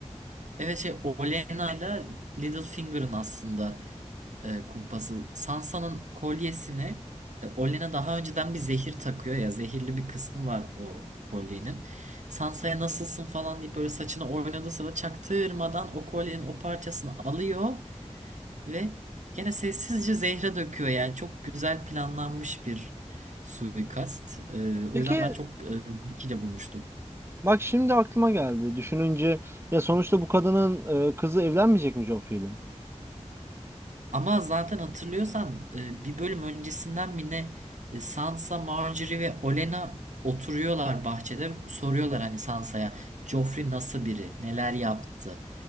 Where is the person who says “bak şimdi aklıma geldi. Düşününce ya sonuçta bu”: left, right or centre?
Right